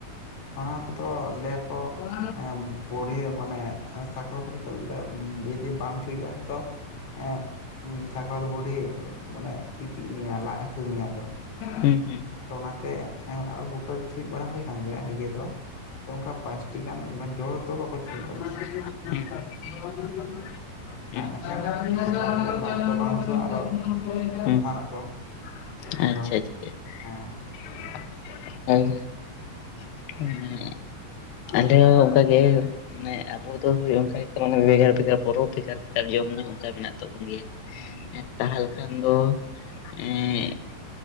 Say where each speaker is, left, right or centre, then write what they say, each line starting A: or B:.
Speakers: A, on the left (about 45°); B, on the left (about 85°).
A: ᱚᱱᱟ ᱠᱚᱫᱚ ᱞᱟᱹᱭ ᱟᱠᱚ
B: ᱦᱩᱸ
A: ᱮᱸᱻ ᱵᱩᱰᱤ ᱢᱟᱱᱮ ᱥᱟᱠᱨᱟᱛ ᱨᱮ ᱛᱚ <inaudible> ᱵᱟᱢ <unintelligible> ᱦᱩᱭᱩᱜᱼᱟ ᱛᱚ ᱮᱸ ᱩᱸ ᱥᱟᱠᱨᱟᱛ ᱵᱩᱰᱦᱤ ᱢᱟᱱᱮ ᱤᱛᱤᱜ ᱢᱮᱭᱟ ᱞᱟᱡ ᱦᱟᱹᱥᱩ ᱢᱮᱭᱟ ᱟᱫᱚ ᱾
B: ᱦᱩᱸ ᱦᱩᱸ
A: ᱚᱱᱟᱛᱮ ᱟᱨᱚ <inaudible> ᱪᱷᱩᱸᱡ ᱵᱟᱲᱟ ᱦᱩᱭ ᱟᱠᱟᱱ ᱜᱮᱭᱟ ᱱᱤᱡᱮ ᱫᱚ ᱛᱚ ᱚᱱᱠᱟ᱾ ᱯᱟᱸᱪᱴᱤ ᱜᱟᱱ ᱢᱟᱱᱮ ᱡᱚ ᱫᱚ ᱵᱟᱠᱚ ᱪᱷᱩᱡ
B: <inaudible> <inaudible>
A: ᱚᱱᱠᱟ ᱤᱱᱟᱹᱠᱷᱟᱱ
B: ᱟᱪᱪᱷᱟ
A: ᱥᱟᱠᱨᱟᱛ ᱨᱮ ᱞᱟᱡ ᱠᱚ ᱵᱟᱝ ᱦᱟᱹᱥᱩᱣᱟ ᱟᱨᱚ
B: ᱟᱪᱪᱷᱟ
A: ᱮᱢᱟᱱᱟᱜ ᱠᱚ
B: <inaudible>
A: ᱚᱱᱠᱟ ᱦᱮᱸ
B: <inaudible> <inaudible> ᱟᱞᱮ ᱦᱚᱸ ᱚᱱᱠᱟ ᱜᱮᱼᱼ ᱢᱟᱱᱮ ᱟᱵᱚ ᱫᱚ ᱦᱳᱭ ᱚᱱᱠᱟ ᱜᱮᱛᱚ ᱢᱟᱱᱮ ᱵᱷᱮᱜᱟᱨ ᱵᱷᱮᱜᱟᱨ ᱯᱚᱨᱚᱵᱽ ᱵᱷᱮᱜᱟᱨ ᱵᱷᱮᱜᱟᱨ ᱡᱚᱢ ᱧᱩ ᱚᱱᱠᱟ ᱢᱮᱱᱟᱜ ᱛᱟᱵᱚᱱ ᱜᱮᱭᱟ᱾
A: ᱦᱮᱸ
B: ᱛᱟᱦᱟᱞ ᱠᱷᱟᱱ ᱫᱚ ᱮᱸᱜᱼᱼ